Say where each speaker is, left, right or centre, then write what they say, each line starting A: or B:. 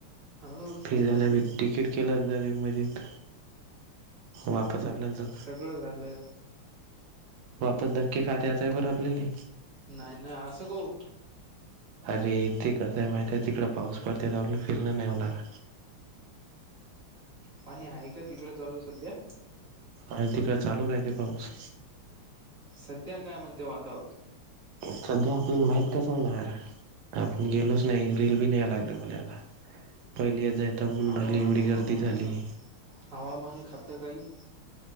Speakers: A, on the right; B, on the right.
A: हो ट्रिप
B: फिरायला
A: झाली
B: भी तिकीट केलं दरी मरीत, वापस आल्याल तर
A: क झालं.
B: वापस धक्के खात याचाय वरं आपल्याली.
A: नाय नाय आसं कऊन.
B: अरे ते कसंय माहितय आहे, तिकडं पाऊस पडते त आपलं फिरण नाही होणार.
A: पाणी आहे का तिकडं चालू सध्या.
B: आण तिकडं चालू राहीले पाऊस.
A: सध्या काय मंते वातावरण.
B: सध्या आपल्याल माहित कसं होणार. आपुण गेलोच नाही. रील बी न्याय लागलं मने आता. पहिली येजायता मुणडरली
A: हवा
B: एवढी
A: हवा
B: गर्दी झाली.
A: हवामान खातं काही.